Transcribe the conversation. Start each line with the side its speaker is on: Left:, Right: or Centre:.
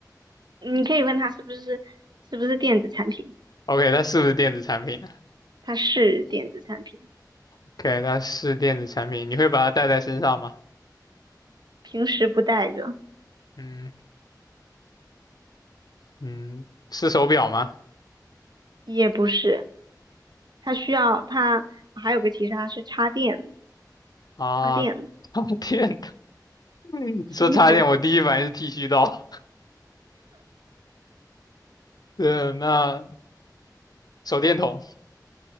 Right: 你可以问他是不是是不是电子产品，
Left: OK，它是不是电子产品呢
Right: 它是电子产品，
Left: ？OK，它是电子产品，你会把它戴在身上吗？
Right: 平时不带着，
Left: 嗯嗯，是手表吗？
Right: 也不是，它需要它还有个其示，它是插电
Left: 啊，
Right: 插电
Left: 插电的，<laughs> 你说插电，
Right: 充电，
Left: 我第一反应是剃须刀。<laughs> 对，那手电筒